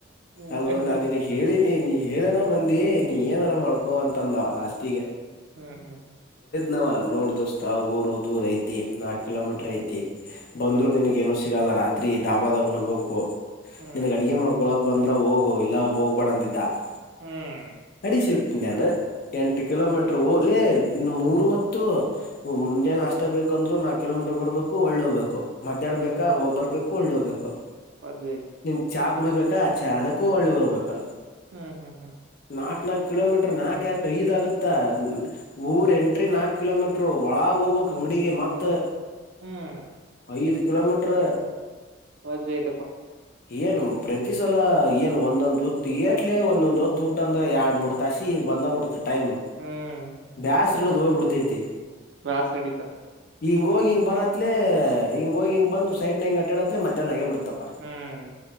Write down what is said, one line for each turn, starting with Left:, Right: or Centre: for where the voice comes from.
Right: ಹ್ಮ್
Left: ಅಲ್ಲೋ ನಾನಿಗೇಳಿನಿ ನೀ ನೀ ಹೇಳನ ಬಂದಿ ನೀ ಏನಾರ ಮಾಡ್ಕೊ ಅಂತಂದವ ಲಾಸ್ಟಿಗೆ.
Right: ಹ್ಮ್ ಹ್ಮ್ ಹ್ಮ್
Left: ನಾವ ನೋಡ್ ದೋಸ್ತ ಊರು ದೂರ ಐತಿ ನಾಕ್ ಕಿಲೋಮೀಟರ್ ಐತಿ ಬಂದ್ರು
Right: ಹ್ಮ್ ಹ್ಮ್
Left: ನಿನಗೇನು ಸಿಗಲ್ಲ ರಾತ್ರಿ ಡಾಬಾದಾಗ್ ಉಣ್ಬೇಕು
Right: ಹ್ಮ್
Left: ನಿನ್ಗ್ ಅಡಿಗೆ ಮಾಡ್ಕೊಲಾಕ್ ಬಂದ್ರ ಹೋಗು ಇಲ್ಲಂದ್ರ ಹೋಗ್ಬ್ಯಾಡ ಅಂದಿದ್ದ <unintelligible>
Right: ಹ್ಮ್
Left: ಅಡಿಸಿಟ್ಟಿ ನಾನ ಎಂಟು ಕಿಲೋಮೀಟರು ಉ ಲ್ಲೇ ಮೂರು ಹೊತ್ತು ಮುಂಜೆಲ್ ನಾಸ್ಟಾ ಬೇಕಂದ್ರು ನಾಕ್ ಕಿಲೋಮೀಟರ್ ಬರ್ಬೇಕು ಒಳ್ಳೆ ಹ್ಬೇಕು ಮಧ್ಯಾಹ್ ಬೇಕಾ ಒ ಬರ್ಬೇಕು ಒಳ್ಳೆ ಹೋಗ್ಬೇಕು
Right: ಅದುಲೆ
Left: ನಿಂಗ್ ಚಾ ಕುಡಿಬೇಕಾ ಅಚ್ಚೆ ಅದಕ್ಕೂ ಒಳ್ಳೆ ಹೋಗ್ಬೇಕಾ
Right: ಹ್ಮ್ ಹ್ಮ್ ಹ್ಮ್
Left: ನಾಕ್ ನಾಕಕ್ ಕಿಲೋಮೀಟರ್ ನಾಕ್ಕಕ್ ಐದ್ಗುತ್ತ ಊರ್ ಎಂಟ್ರಿ ನಾಕಕ್ ಕಿಲೋಮೀಟರ್ ಒಳಗ ಬ ಅಂಗಡಿಗೆ ಮಾತ್
Right: ಹ್ಮ್
Left: ಐದು ಕಿಲೋಮೀಟರ್
Right: ಅದ ಆಯ್ತಪ್ಪ
Left: ಏನು ಪ್ರತಿ ಸಲ ಏನ್ ಒಂದೊಂದ್ ಹೊತ್ತು ಏಟ್ಲೆ ಒಂದೊಂದ್ ಹೊತ್ತು ಊಟ ಅಂದ್ರೆ ಎರಡ್ ಮೂರು ತಾಸಿ ಬಂದ್ಬ ಬಿಡತ ಟೈಮ್
Right: ಹ್ಮ್
Left: ಬ್ಯಾಸ್ ಇಡೋದು ಹೋಗ್ಬ ಬಿಡ್ತೈತಿ
Right: ಬ್ಯಾಸರ ಆಗ್ಯಾತ
Left: ಹಿಂಗ ಹೋಗಿಂಗ ಬರತ್ತತ್ ಹಿಂಗ ಹಿಂಗಂದು ಸೈಡ್ ಹಂಗ ಹಡ್ಯಾಡತ್ಲೇ ಮಧ್ಯಾಹ್ನ ಆಗೇ ಬಿಡತ ಪ್ಪ
Right: ಹ್ಮ್